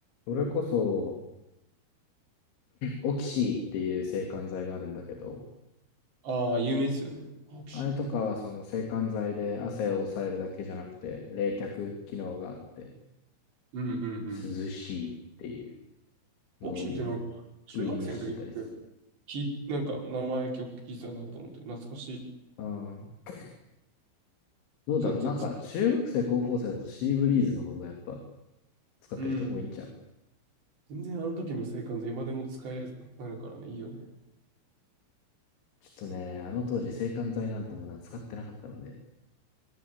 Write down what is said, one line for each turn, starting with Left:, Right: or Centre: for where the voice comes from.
Left: それこそ、オキシーっていう制汗剤があるんだけど、
Right: ああ、有名ですよね。オクシー。
Left: あれとかはその制汗剤で汗を抑えるだけじゃなくて、冷却機能があって、
Right: うんうんうん。
Left: 涼しいっていう
Right: オクシーってなんか、
Left: のを売りに、
Right: 中学生の時に
Left: 売りにしてたりする。
Right: 聞い、なんか名前曲聞いてたなと思って、懐かしい。
Left: ああ、どうだろう。
Right: 全然使
Left: なんか、中学生、高校生だとシーブリーズの方がやっぱ使ってる人多いんちゃう。
Right: う、うん。全然あの時の青函図、今でも使えるやつたくさんあるからね、いいよね。
Left: ちょっとね、あの当時制汗剤なんてものは使ってなかったので、